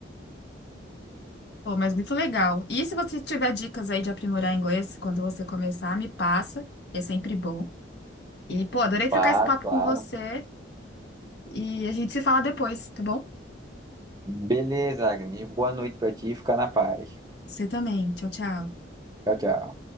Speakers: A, on the left; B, on the right.
A: Pô, mas muito legal. E se você tiver dicas aí de aprimorar inglês quando você começar, me passa, que é sempre bom. E, pô, adorei
B: Claro,
A: trocar esse papo
B: claro.
A: com você e a gente se fala depois, tá bom?
B: Beleza, Agnes. Boa noite pra ti. Fica na paz.
A: Você também. Tchau, tchau.
B: Tchau, tchau.